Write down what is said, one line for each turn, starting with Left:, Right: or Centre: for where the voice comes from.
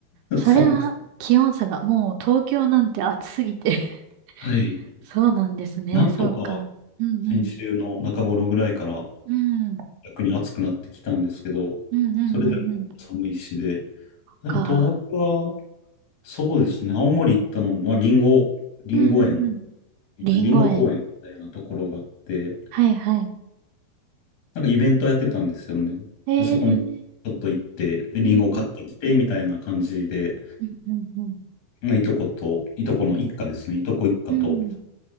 Left: <laughs>
Right: それは気温差が、
Left: 寒く、
Right: もう東京なんて暑すぎて
Left: はい。
Right: <laughs> そうなんですね、
Left: なんとか
Right: そうか。うんうん。
Left: 先週の中頃ぐらいから
Right: うん。うん
Left: 逆に暑くなってきたんですけど、
Right: うんうん
Left: それでも寒いしで。
Right: うん。
Left: でも東北は、
Right: か。
Left: そうですね。青森行ったのも、まあ、リンゴ、リンゴ園
Right: うんうんうん。
Left: みたいな、
Right: りんご園。
Left: リンゴ公園みたいなところがあって、
Right: はいはい。
Left: なんかイベントやってたんですよね。
Right: ええー。
Left: そこにちょっと行って、リンゴ買ってきて、
Right: うんうん。
Left: みたいな感じで、
Right: うんうんうん。
Left: まあ、いとこと、いとこの一家ですね。いとこ一家と
Right: うん。